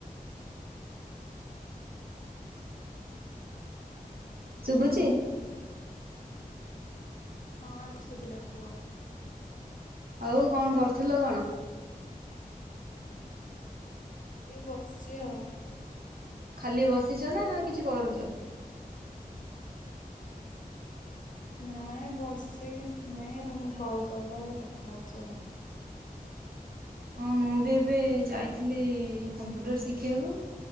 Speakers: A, on the right; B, on the left.
A: ଶୁଭୁଛିି?
B: ହଁ ଶୁଭିଲା କୁହ?
A: ଆଉ କଣ କରୁଥିଲ କଣ?
B: ଏଇ ବସିଛିେ ଆଉ।
A: ଖାଲି ବସିଛ ନା ନା କିଛି କରୁଛ?
B: ନାଇଁ ବସି କିଛି ନହିଁ ତମକୁ କଲ କଲ ସେ କଥା ହଉଛି ଆଉ।
A: ହଁ ମୁଁ ବି ଏବେ ଯାଇଥିଲି କମ୍ପ୍ୟୁଟର ଶିଖିବାକୁ